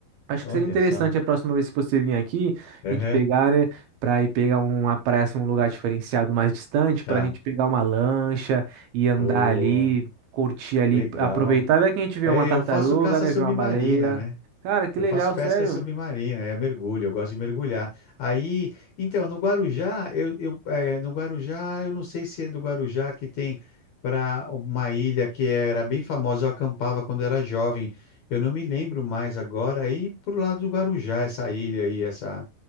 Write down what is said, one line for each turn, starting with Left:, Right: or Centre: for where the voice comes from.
Right: acho
Left: Olha
Right: que seria interessante
Left: só.
Right: a próxima vez que você vir aqui,
Left: Aham,
Right: a gente pegar, né, para ir pegar uma praia, assim, um lugar diferenciado mais distante,
Left: Tá.
Right: para a gente pegar uma lancha e andar
Left: Oh,
Right: ali, curtir ali,
Left: legal.
Right: aproveitar, vai que a gente vê
Left: É,
Right: uma tartaruga,
Left: eu faço caça
Right: né,
Left: submarina,
Right: vê uma baleia.
Left: né?
Right: Cara, que
Left: Eu
Right: legal,
Left: faço pesca
Right: sério.
Left: submarina, é mergulho, eu gosto de mergulhar. Aí, então, no Guarujá, eu, eu, eh, no Guarujá, eu não sei se é do Guarujá que tem para uma ilha que era bem famosa, eu acampava quando era jovem. Eu não me lembro mais agora. Aí, pro lado do Guarujá, essa ilha aí, essa.